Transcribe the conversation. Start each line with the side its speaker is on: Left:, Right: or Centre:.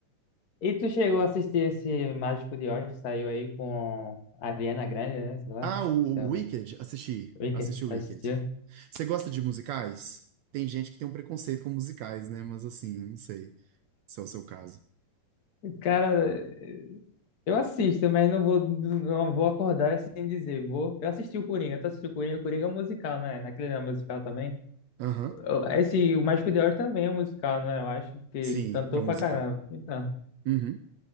Left: E tu chegou a assistir esse Mágico de Oz que saiu aí com a Ariana Grande, né? Sei lá.
Right: Ah, o,
Left: Se chama.
Right: o Wicked, assisti.
Left: Wicked,
Right: Assisti o
Left: assistiu?
Right: Wicked. Você gosta de musicais? Tem gente que tem um preconceito com musicais, né? Mas assim, não sei se é o seu caso.
Left: Cara, Eu assisto, mas não vou, não vou acordar sem dizer. Vou. Eu assisti o Coringa, tu assistiu o Coringa? O Coringa é um musical, né? Naquele não é musical também.
Right: Aham.
Left: Eu- Esse, o Mágico de Oz também é um musical, né? Eu acho que
Right: Sim,
Left: cantou
Right: é um
Left: pra
Right: musical.
Left: caramba. Então,
Right: Uhum.